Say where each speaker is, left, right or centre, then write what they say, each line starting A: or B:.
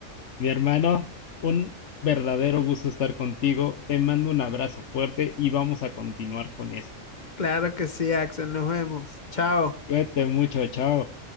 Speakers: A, on the left; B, on the left.
A: Mi hermano, un verdadero gusto estar contigo. Te mando un abrazo fuerte y vamos a continuar con esto.
B: Claro que sí, Axel, nos vemos. Chao.
A: Cuídate mucho, chao.